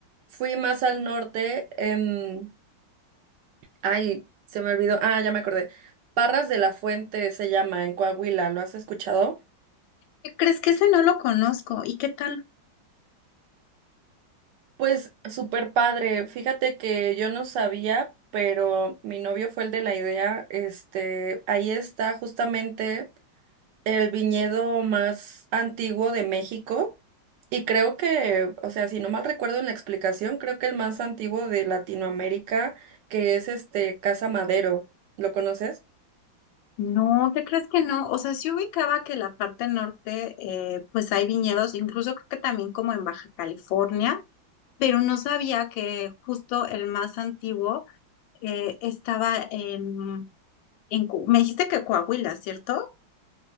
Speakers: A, on the right; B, on the left.
A: fui más al norte, em, ay, se me olvidó, ah, ya me acordé. Parras de la Fuente se llama en Coahuila, ¿lo has escuchado?
B: ¿Qué crees que ese no lo conozco? ¿Y qué tal?
A: Pues súper padre. Fíjate que yo no sabía, pero mi novio fue el de la idea. Este, ahí está justamente el viñedo más antiguo de México y creo que, o sea, si no mal recuerdo en la explicación, creo que el más antiguo de Latinoamérica, que es este Casa Madero. ¿Lo conoces?
B: No, ¿qué crees que no? O sea, sí ubicaba que la parte norte, eh, pues hay viñedos, incluso creo que también como en Baja California, pero no sabía que justo el más antiguo eh, estaba en, en... Cu- Me dijiste que Coahuila, ¿cierto?